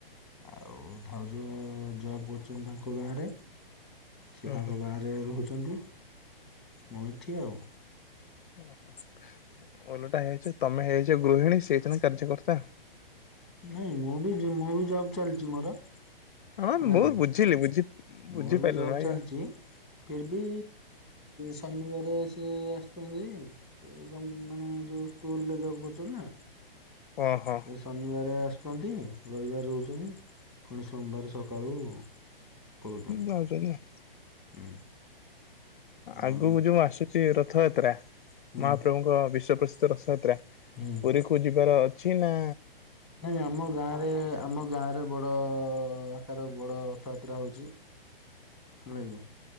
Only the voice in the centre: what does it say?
ଆଉ ଭାଉଜ ଜବ କରୁଚନ୍ତି ତାଙ୍କ ଗାଁ ରେ। ସେ
ତାଙ୍କ ଗାଁ ରେ ରହୁଛ ତୁ ଯିନ୍ତି ମୁଁ ଏଠି ଆଉ।
ନାଇଁ ମୁଁ ବି ଜମାରୁ ଜବ ଚାଲିଛି ମୋର।
ହେଲା
କିି?
ମୋର
ବି ଜବ
ଚାଲିଛି
ଫିର ବି ଶନିବାର ସେ ଆସୁଛନ୍ତି ଏବଂ ଯୋଉ ଯୋଉ ସ୍କୁଲ ରେ ଜବ କରୁଛନ୍ତି ନା।
ସେ ଶନିବାର ଆସ ରହିଛନ୍ତି, ରବିବାର ରହୁଛନ୍ତି, ପୁଣି ସୋମବାର ସକାଳୁ ପଳଉଛନ୍ତି
ହୁଁ। ଆଉ
ହୁଁ
ହୁଁ।
ନାଇଁ ଆମ ଗାଁ ରେ ଆମ ଗାଁରେ ବଡ କାର ବଡ଼ ରଥଯାତ୍ରା ହଉଛି, ହେଲା କି!